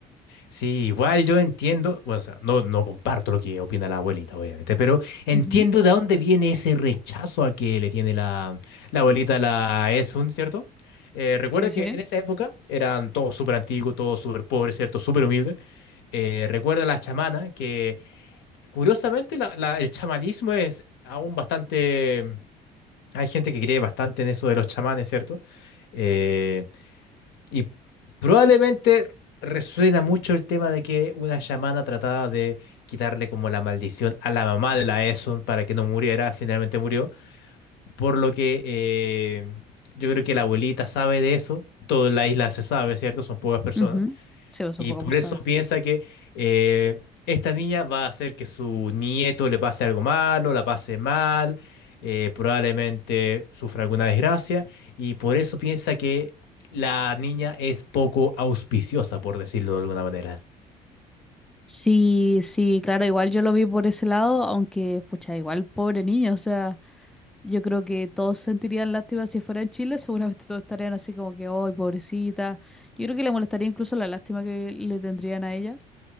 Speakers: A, on the left; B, in the centre.
A: sí, igual yo entiendo, bueno, o sea, no, no comparto lo que opina la abuelita, obviamente, pero entiendo
B: Ujú.
A: de dónde viene ese rechazo al que le tiene la, la abuelita a la Esun, ¿cierto? Eh, recuerda
B: Sí, sí.
A: que en esa época eran todos súper antiguos, todos súper pobres, ¿cierto? Súper humildes. Eh, recuerda la chamana, que curiosamente la- la- el chamanismo es aún bastante... Hay gente que cree bastante en eso de los chamanes, ¿cierto? Eh, Y probablemente resuena mucho el tema de que una chamana trataba de quitarle como la maldición a la mamá de la Esun para que no muriera, finalmente murió, por lo que eh, yo creo que la abuelita sabe de eso, toda la isla se sabe, ¿cierto? Son pocas personas.
B: Ujú. Sí, pues son
A: Y
B: pocas
A: por
B: personas.
A: eso piensa que eh, esta niña va a hacer que su nieto le pase algo malo, la pase mal, eh, probablemente sufra alguna desgracia, y por eso piensa que la niña es poco auspiciosa, por decirlo de alguna manera.
B: Sí, sí, claro, igual yo lo vi por ese lado, aunque, pucha, igual pobre niño, o sea... Yo creo que todos sentirían lástima si fuera en Chile, seguramente todos estarían así como que, ¡ay, pobrecita! Yo creo que le molestaría incluso la lástima que le tendrían a ella.